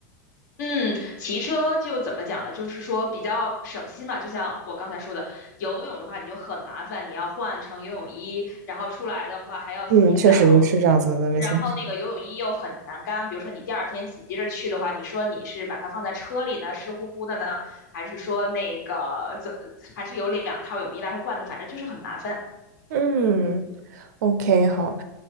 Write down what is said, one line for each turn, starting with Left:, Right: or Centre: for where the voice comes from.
Left: 嗯，骑车就怎么讲呢？就是说比较省心嘛，就像我刚才说的，游泳的话你就很麻烦，你要换成游泳衣，然后出来的话还要洗澡，
Right: 嗯，确实是这样子的，没错。
Left: 然后那个游泳衣又很难干。比如说你第二天紧接着去的话，你说你是把它放在车里呢，湿乎乎的呢，还是说那个怎，还是有两套泳衣来回换的，反正就是很麻烦。
Right: 嗯，OK，好，